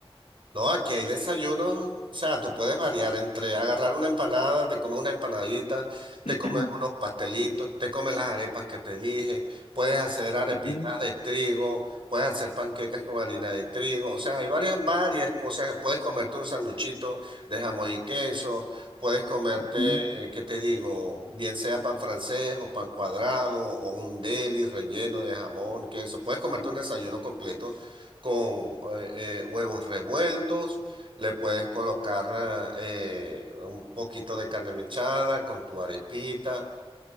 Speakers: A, on the right (about 60°); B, on the left (about 80°).
A: No, aquí hay desayunos, o sea, tú puedes variar entre agarrar una empanada, te comes una empanadita, te
B: <clears throat>
A: comes unos pastelitos, te comes las arepas que te dije, puedes hacer arepitas
B: Ujú,
A: de trigo, puedes hacer panquecas con harina de trigo, o sea, hay varias, varias cosas, puedes comerte un sanduchito de jamón y queso, puedes comerte,
B: ujú.
A: ¿qué te digo? Bien sea pan francés o pan cuadrado o un deli relleno de jamón, queso, puedes comerte un desayuno completo con eh, eh, huevos revueltos, le puedes colocar eh, eh, un poquito de carne mechada con tu arepita,